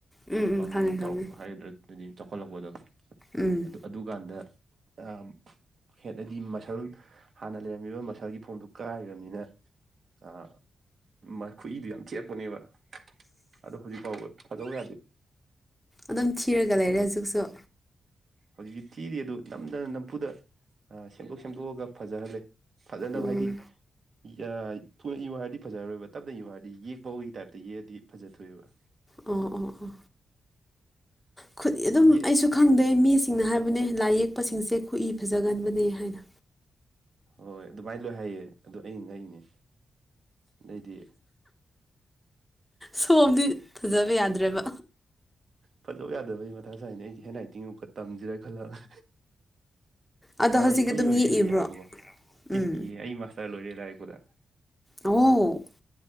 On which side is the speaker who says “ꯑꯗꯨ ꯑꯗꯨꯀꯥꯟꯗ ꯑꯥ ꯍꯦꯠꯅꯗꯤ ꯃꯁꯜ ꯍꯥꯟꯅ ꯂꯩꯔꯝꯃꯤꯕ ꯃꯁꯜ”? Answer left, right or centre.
Right